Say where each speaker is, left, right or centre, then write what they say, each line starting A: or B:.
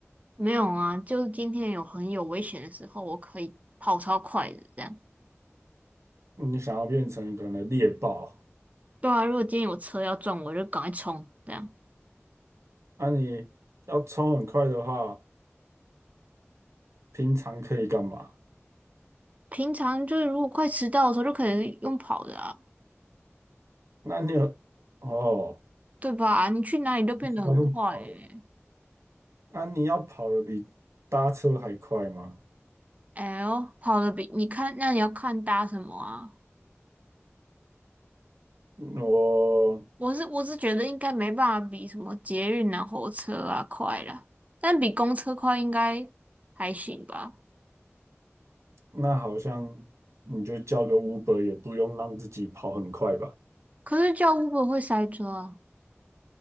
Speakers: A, on the right; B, on the right.
A: 没有啊，就是今天有很有危险的时候，我可以跑超快的这样。
B: 你想要变成可能猎豹，
A: 对啊，如果今天有车要撞我，就赶快冲这样。
B: 那、你要冲很快的话，平常可以干嘛？
A: 平常就是如果快迟到的时候，就可以用跑的啊，
B: 那你有哦，
A: 对吧？你去哪里都变得很快诶、
B: 要用跑的。那、你要跑得比搭车还快吗？
A: 哎呦，跑的比你看，那你要看搭什么啊？
B: 我
A: 我是我是觉得应该没办法比什么捷运啊、火车啊快了，但比公车快应该还行吧。
B: 那好像你就叫个 Uber 也不用让自己跑很快吧？
A: 可是叫 Uber 会塞车啊。